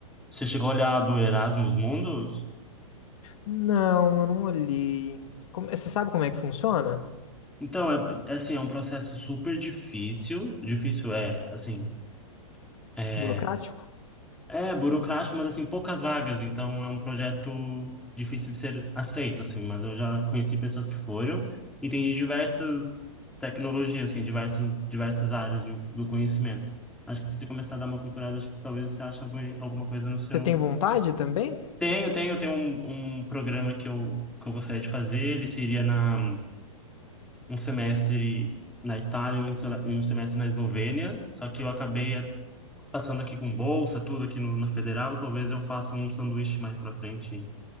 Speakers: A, in the centre; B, on the left.
A: você chegou a olhar do Erasmus Mundus?
B: Não, eu não olhei. Como- Você sabe como é que funciona?
A: Então, é, é assim, é um processo super difícil. Difícil é, assim, é
B: Burocrático?
A: É burocrático, mas assim, poucas vagas, então é um projeto difícil de ser aceito, assim, mas eu já conheci pessoas que foram e tem de diversas tecnologias, assim, diversos, diversas áreas do, do conhecimento. Acho que se você começar a dar uma procurada, acho que talvez você ache algum, alguma coisa no seu...
B: Você tem vontade também?
A: Tenho, tenho, tenho um, um programa que eu, que eu gostaria de fazer, ele seria na, um semestre na Itália e um, sele- e um semestre na Eslovênia, só que eu acabei passando aqui com bolsa, tudo aqui no, na Federal, talvez eu faça um sanduíche mais pra frente,